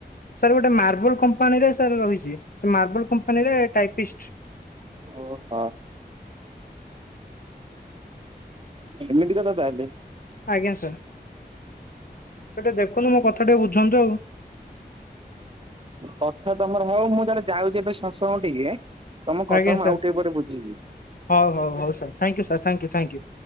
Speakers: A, on the left; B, on the right.
A: ସାର୍ ଗୋଟେ ମାର୍ବଲ କମ୍ପାନୀରେ ସାର୍ ରହିଛି ମାର୍ବଲ କମ୍ପାନୀରେ ଟାଇପିଷ୍ଟ୍
B: ଓହୋ। ଏମିତି କଥା ତାହେଲେ
A: ଆଜ୍ଞା ସାର୍। ହେଟା ଦେଖନ୍ତୁ ମୋ କଥା ଟିକେ ବୁଝନ୍ତୁ ଆଉ।
B: କଥା ତମର ହଉ ମୁଁ ଜଣେ ଯାଉଛି ଏବେ ଶତ୍ସଙ୍ଗ ଟିକେ। ତମ କଥା
A: ଆଜ୍ଞା
B: ମୁଁ
A: ସାର୍
B: ଆଉ ଟିକେ ପରେ ବୁଝିବି।
A: ହଉ ହଉ ହଉ sir thank you sir thank you thank you.